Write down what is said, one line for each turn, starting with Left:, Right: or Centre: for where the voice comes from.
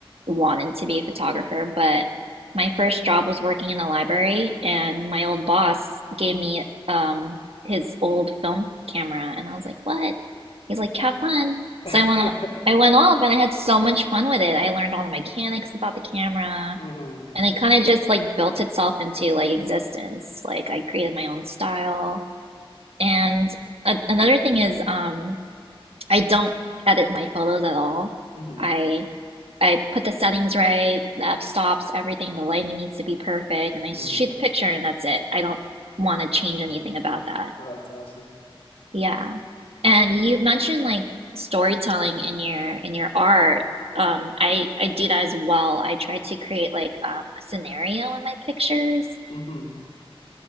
Right: wanted to be a photographer, but my first job was working in a library, and my old boss gave me um his old film camera, and I was like, "What?" He's like,
Left: Wow.
Right: "Have fun."
Left: <laughs>
Right: So I went on, I went off, and I had so much fun with it. I learned all the mechanics about the camera,
Left: hmm
Right: and it kind of just like built itself into like existence. Like I created my own style. And a another thing is, um, I don't edit my photos at all.
Left: hmm
Right: I I put the settings right, the f stops, everything. The lighting needs to be perfect, and I shoot
Left: hmm
Right: the picture, and that's it. I don't want to change anything about that.
Left: Oh, that's awesome.
Right: Yeah. And you mentioned like storytelling in your in your art. Um, I I do that as well. I try to create like um, a scenario in my pictures
Left: hmm